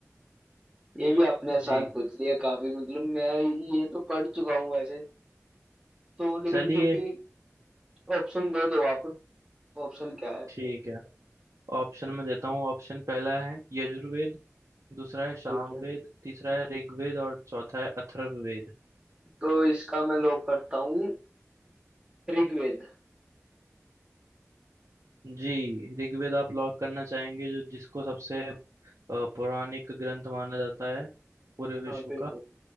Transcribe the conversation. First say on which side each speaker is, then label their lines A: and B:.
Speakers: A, on the right; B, on the right.
A: ये भी आपने आसान
B: जी
A: पूछ लिया काफी मतलब मैं ये तो पढ़ चुका हूँ वैसे तो लेकिन
B: चलिए
A: फिर भी ऑप्शन दे दो आप ऑप्शन क्या है
B: ठीक है ऑप्शन में देता हूँ ऑप्शन पहला है यजुर्वेद दूसरा है सामवेद
A: ठीक है
B: तीसरा है ऋग्वेद और चौथा है अथर्ववेद
A: तो इसका मैं लॉक करता हूँ ऋग्वेद
B: जी ऋग्वेद आप लॉक करना चाहेंगे जो जिसको सबसे अ, पौराणिक ग्रंथ माना जाता है पूरे विश्व
A: हाँ बिल्कुल
B: का